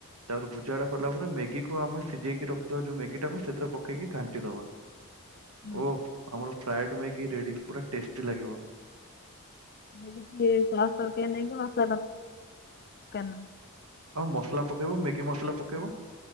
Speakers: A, on the right (about 75°); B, on the left (about 45°).
A: ତାପରେ ଭୋଜିଆଗୁଡାକୁ କରଲା ପରେ ମ୍ୟାଗିକୁୁ ଆମେ ସିଜେଇକି ରଖିଥିବା ଯୋଉ ମେଗି ଟାକୁ ସେଥିରେ ପକେଇକି ଘାଣ୍ଟି ଦବା
B: ହଁ।
A: ଓ ଆମର ଫ୍ରାଏଡ୍ ମ୍ୟାଗି ରେଡି ପୁରା ଟେଷ୍ଟି ଲାଗିବ।
B: ମୁଁ <unintelligible> ସସ୍ ଦରକାର ନାହିଁ କି ମସଲା ଦର-କାର ନାହିଁ?
A: ହଁ ମସଲା ପକେଇବ ମ୍ୟାଗି ମସଲା ପକେଇବ